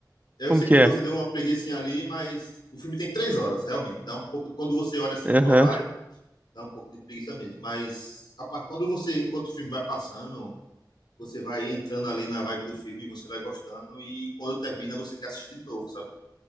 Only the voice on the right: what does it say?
Como
que
é?
Aham.